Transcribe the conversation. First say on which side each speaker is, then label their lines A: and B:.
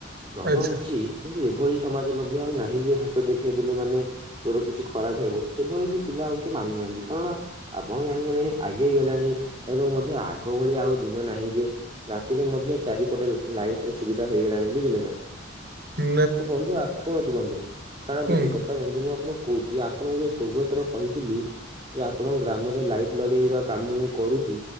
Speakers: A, on the right (about 25°); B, on the right (about 50°).
A: ଡର
B: ଆଚ୍ଛା
A: ଅଛି କିନ୍ତୁ ଏ ଏଭଳି ସମାଜ ମଧ୍ୟ ଆଉ ନାହିଁ ଯେ, ହାତ ଦେଖେଇ ଦେଲୁ ମାନେ ତୋର କିଛି ଖରାପ ହେବ। ସେଭଳି ବି ପିଲା ଆଉ କିଏ ମାନୁନାହାଁନ୍ତି କଣ? ଆପଣ ଜାଣିଗଲେଣି ଆଗେଇ ଗଲାଣି ଏବଂ ମଧ୍ୟ ଆଗ ଭଳି ଆଉ ଦିନ ନାହିଁ ଯେ, ରାତିରେ ମଧ୍ୟ ଚାରିପଟେ ଲା-ଲାଇଟର ସୁବିଧା ହୋଇଗଲାଣି। ବୁଝିଲେ ନା?
B: ଉଁ
A: ତ ବନ୍ଧୁ ଆ ଶୁଣନ୍ତୁ ବନ୍ଧୁ, ଛାଡନ୍ତୁ
B: କୁହନ୍ତୁ।
A: ସେ କଥା। ବନ୍ଧୁ ମୁଁ ଆପଣଙ୍କୁ କହୁଛି, ଆପଣଙ୍କୁ ଯୋଉ ପୂର୍ବ ଥର କହିଥିଲି, ଯେ ଆପଣଙ୍କ ଗ୍ରାମରେ ଲାଇଟ ଲଗେଇବା କାମ ମୁଁ କରୁ ଚି।